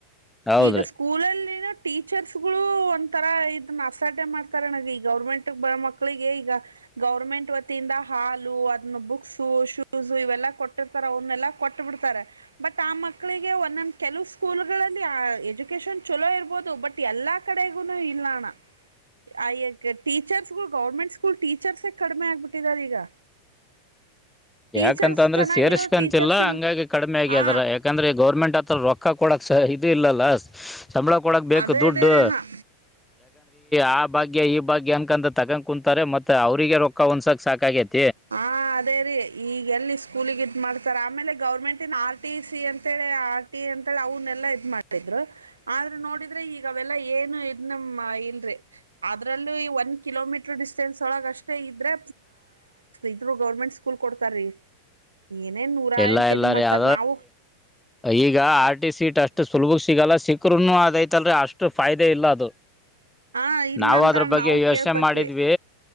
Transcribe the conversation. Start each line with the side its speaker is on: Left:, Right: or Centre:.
Centre: ಹೌದ್ರಿ
Right: ಈಗ ಸ್ಕೂಲಲ್ಲಿನ ಟೀಚರ್ಸ್ಗಳು ಒಂಥರ ಇದನ್ನ ಅಸಾಡೆ ಮಾಡ್ತಾರೆ ನನಗೆ ಈ ಗೌರ್ಮೆಂಟ್ ಬರ ಮಕ್ಳಿಗೆ ಈಗ ಗೌರ್ಮೆಂಟ್ ವತಿಯಿಂದ ಹಾಲು ಅದನ್ನು ಬುಕ್ ಶೂಸ ಇವೆಲ್ಲಾ ಕೊಟ್ಟಿರ್ತಾರೆ ಅವನ್ನೆಲ್ಲ ಕೊಟ್ಟ ಬಿಿಡ್ತಾರೆ ಬಟ್ ಆ ಮಕ್ಕಳಿಗೆ ಒಂದೊಂದ ಕೆಲ ಸ್ಕೂಲ್ಗಳಲ್ಲಿ ಎಜುಕೇಶನ್ ಚಲೋ ಇರ್ಬೋದು ಬಟ್ ಎಲ್ಲಾ ಕಡೆಗು ಇಲ್ಲಣ ಆಯ್ಯಕ ಟೀಚರ್ಸ್ ಗಳು ಗೌರ್ಮೆಂಟ್ ಸ್ಕೂಲ್ ಟೀಚರ್ಸ ಕಡಿಮೆ ಆಗ್ಬಿಟ್ಟಿದಾರ ಈಗ <unintelligible> ಟೀಚರ್ಸ್
Centre: ಯಾಕಂತ ಅಂದ್ರೆ
Right: ಚೆನ್ನಾಗಿರೋ
Centre: ಸೇರ್ಸ್ಕಂತಿಲ್ಲ
Right: ಟೀಚರ್ಸ್ ಇಲ್
Centre: ಹಂಗಾಗಿ ಕಡಿಮೆ ಆಗಿದ
Right: ಹ
Centre: ಯಾಕಂದ್ರೆ ಗೌರ್ಮೆಂಟ್ ಆತ್ರ ರೊಕ್ ರೊಕ್ಕ ಕೊಡಕ್ ಇ ಇಲ್ಲಲ್ಲ ಸಂಬಳ ಕೊಡಕ್ ಬೇಕು
Right: ಅದೇ
Centre: ದುಡ್ಡು
Right: ಅದೇರೇನಾ
Centre: ಆ ಭಾಗ್ಯ ಈ ಭಾಗ್ಯ ಅನ್ಕಂತ ತಗೊಂಡ್ ಕುಂತಾರೆ ಮತ್ತೆ ಅವ್ರರಿಗೆ ರೊಕ್ಕ ಒಂದ್ಸಕ್ ಸಾಕಾಗಿತಿ
Right: ಹಾ ಅದೇ ರೀ ಈಗ ಎಲ್ಲಿ ಸ್ಕೂಲಿಗೆ ಇದ ಮಾಡ್ತಾರೆ ಆಮೇಲೆ ಗೌರ್ಮೆಂಟ್ ಇನ್ ಆರ್ ಟಿ ಸಿ ಅಂತ ಹೇಳಿ ಆರ್ ಟಿ ಅಂತಿ ಅವ ಮಾಡಿದ್ರು ಆದ್ರೆ ನೋಡಿದ್ರೆ ಈಗ ಈಗ ಅವೆಲ್ಲ ಏನು ಇ ನಮ ಇಲ್ರಿ ಅದ್ರಲ್ಲೂ ಒಂದ ಕಿಲೋಮೀಟರ್ ಡಿಸ್ಟೆನ್ಸ್ ಒಳಗ ಅಷ್ಟೇ ಇದ್ರೆ ಇದ್ರು ಗೌರ್ಮೆಂಟ್ ಸ್ಕೂಲ್ ಕೊಡ್ತಾರೀ ಏನೇನ್ ನೂರ
Centre: ಎಲ್ಲ
Right: ಎಂಟ
Centre: ಎಲ್ಲಾರೀ
Right: ಇದ್ ಮಾಡ್ತಾರ
Centre: ಅ
Right: ನಾವು
Centre: ಈಗ ಆರ್ ಟಿ ಸಿ ಟಸ್ಟ್ ಷ್ಟ ಸುಲಭ ಸಿಗಲ್ಲ ಸಿಕ್ಕ್ರರುನು ಅದೈತಲ್ರರಿ ಅಷ್ಟು ಫಾಯದೆ ಇಲ್ಲ ಅದು
Right: ಹಾ ಇಲ್ಲ
Centre: ನಾವವು
Right: ಅಂತ
Centre: ಅದ್ರ ಬಗ್ಗೆ
Right: ನಾವು
Centre: ಯೋಚನೆ
Right: ಕೇಳ್ಪಟ್ವಿ
Centre: ಮಾಡಿದ್ವಿ